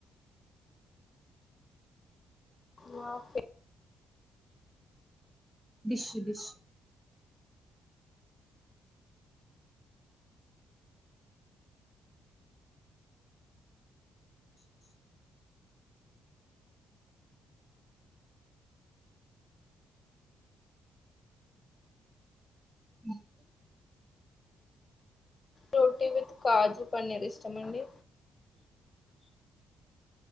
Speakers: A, on the left; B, on the right.
A: <unintelligible>
B: dish dish <unintelligible>
A: roti with కాజు పన్నీర్ ఇష్టమండి